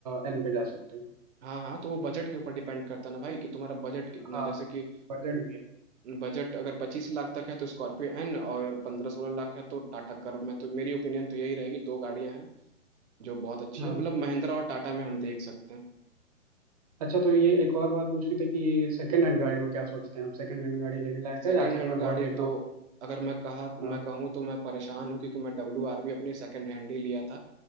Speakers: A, on the right; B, on the right.
A: एन पे जा सकते हैं
B: हाँ हाँ तो वो बजट के ऊपर डिपेंड करता है ना भाई कि तुम्हारा बजट कितना
A: हाँ
B: जैसे कि
A: बजट भी है
B: बजट अगर पच्चीस लाख तक है तो स्कॉर्पियो एन और पंद्रह सोलह लाख है तो टाटा कर्व में तो मेरी ओपिनियन तो यही रहेगी दो गाड़ियां हैं जो बहुत अच्छी
A: हाँ
B: हैं मतलब महिंद्रा और टाटा में हम देख सकते हैं
A: अच्छा तो ये एक और बात पूछनी थी कि ये सेकंड हैंड गाड़ी को क्या सोचते हैं आप सेकंड हैंड गाड़ी लेने लायक
B: सेकेंड
A: है आजकल
B: हैंड
A: मैं
B: गाड़ी
A: बहुत देख
B: तो
A: रहा हूँ
B: अगर मैं कहा
A: हाँ
B: मैं कहूँ तो मैं परेशान हूँ क्योंकि मैं डब्ल्यू आर बी अपनी सेकेंड हैंड ही लिया था